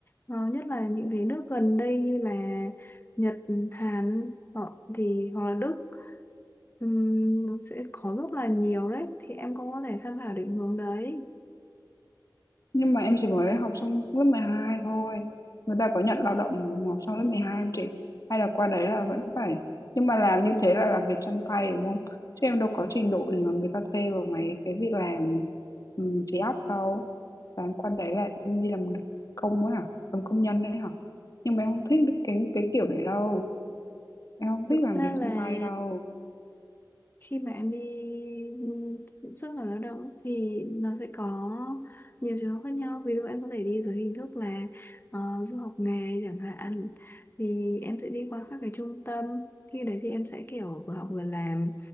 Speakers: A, on the left; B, on the left.
A: ờ, nhất là những cái nước gần đây như là Nhật Hàn họ thì hoặc là Đức Ừm, nó sẽ có rất là nhiều đấy thì em cũng có thể tham khảo định hướng đấy
B: nhưng mà em chỉ mới học xong lớp 12 thôi người ta có nhận lao động học xong lớp 12 không chị hay là qua đấy là vẫn phải nhưng mà làm như thế là làm việc chân tay đúng không chứ em đâu có trình độ gì mà người ta thuê vào mấy cái việc làm um, trí óc đâu và em qua đấy là em đi làm công ấy hả làm công nhân đấy hả nhưng mà em không thích cái cái kiểu đấy đâu em không
A: thực
B: thích
A: ra
B: làm việc
A: là
B: chân tay đâu
A: khi mà em đi ừ, xuất khẩu lao động ấy, thì nó sẽ có nhiều trường hợp khác nhau ví dụ em có thể đi dưới hình thức là ờ, du học nghề chẳng hạn thì em sẽ đi qua các cái trung tâm khi đấy thì em sẽ kiểu vừa học vừa làm